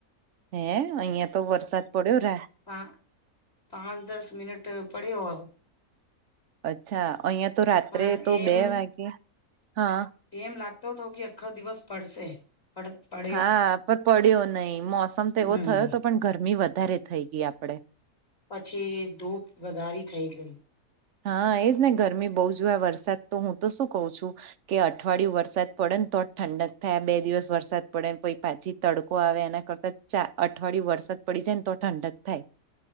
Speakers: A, on the right; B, on the left.
A: હે અહિયાં તો વરસાદ પડ્યો રા
B: પા પાંચ દસ મિનિટ પડ્યો આવ
A: અચ્છા અહિયાં તો રાત્રે
B: પણ
A: તો
B: એમ
A: બે વાગે હા
B: એમ લાગતો તો કે અખો દિવસ પડશે <unintelligible>
A: હા પર પડ્યો નહીિ મોસમ તો એવો
B: હમ
A: થયો તો પણ ગરમી વધારે થઈ ગઈ આપડે
B: પછી ધૂપ વધારી થઈ ગઈ.
A: હા એજ ને ગરમી બહુ જો વરસાદ તો હું તો શું કઉ છુ. કે અઠવાડિયું વરસાદ પડે ને તો જ ઠંડક થાય બે દિવસ વરસાદ પડે ને પ પાછી તડકો આવે એના કરતાં ચાર અઠવાડિય વરદ પડી જાય ને તો ઠંડક થાય.